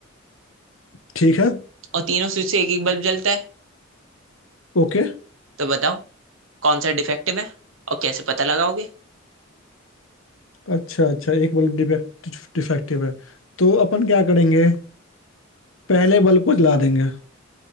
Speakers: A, on the left; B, on the right.
A: ठीक है
B: और तीनों स्विच से एक एक बल्ब जलता है
A: ओके
B: तो बताओ कौन सा डिफेक्टिव है और कैसे पता लगाओगे
A: अच्छा अच्छा एक बल्ब डिफेक्ट डिफेक्टिव है तो अपन क्या करेंगे पहले बल्ब को जला देंगे